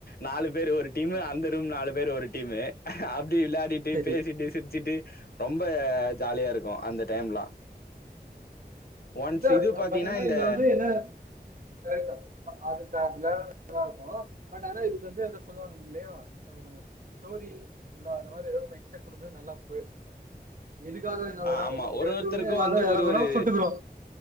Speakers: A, on the left; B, on the right.
A: நாலு பேர் ஒரு டீமு
B: ஓகே
A: அந்த ரூம் நாலு பேர் ஒரு டீமு அப்டி விளயாடிட் டு
B: சரி
A: பேசிட்டு சிர்ச்சிட்டு ரொம்ப ஜாலியா இருக்கு அந்த டைம்லா ஒன்ஸ்
B: அதா <unintelligible>
A: இது பாத்தீங்கன்னா இந்த
B: ப அதுக் காதுல நல்லா இருக்கு பட் ஆனா இதுக் வந்து எதோ சொல்லுவாங் இல்லயா ஸ்டோரி இல்ல அந்த மாரி எதோ ஒன்னு எக்ஸ்பெக்ட் குடுக்கறது நல்லா போயிறு இதுக்காக என்ன
A: ஆ
B: வேண்ணா
A: ஆமா
B: <inaudible>
A: ஒரு
B: எடுத்தவுடனே
A: ஒருத்தருக்கு
B: எல்லாரு
A: வந்து ஒரு
B: எறங்கறோ
A: ஒரு
B: சுட்டுக்குறோ